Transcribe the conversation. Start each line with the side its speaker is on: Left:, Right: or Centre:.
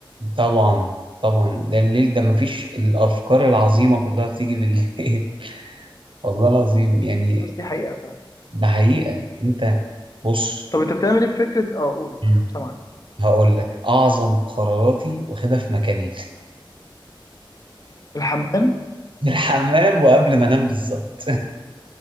Right: طبعا طبعا ده الليل ده مفيش الافكار العظيمه كلها بتيجي بالليل <laughs> والله العظيم يعني
Left: بس دي حقيقه فعلا
Right: ده حقيقه انت بص
Left: طب انت بتعمل ايه في فكره اه قول
Right: مم.
Left: سامعك
Right: هقول لك اعظم قراراتي واخدها في مكانين
Left: الحمام
Right: <laughs> في الحمام وقبل ما انام بالظبط